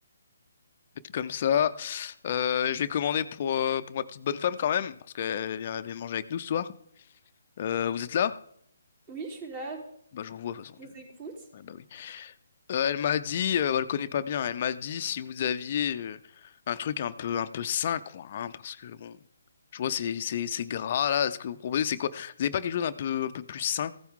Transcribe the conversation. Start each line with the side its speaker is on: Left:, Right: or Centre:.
Left: Faites comme ça. Euh, je vais commander pour, euh, pour ma petite bonne femme quand même, parce qu'elle vient, elle vient manger avec nous ce soir. Euh, vous êtes là?
Right: Oui, je suis là,
Left: Bah je vous vois de toute façon.
Right: je
Left: Je-
Right: vous écoute.
Left: ouais, bah oui. Euh, elle m'a dit, euh, elle connaît pas bien, elle m'a dit si vous aviez euh, un truc un peu un peu sain quoi, hein, parce que bon, je vois c'est c'est c'est gras là, ce que vous proposez c'est quoi? Vous avez pas quelque chose un peu un peu plus sain?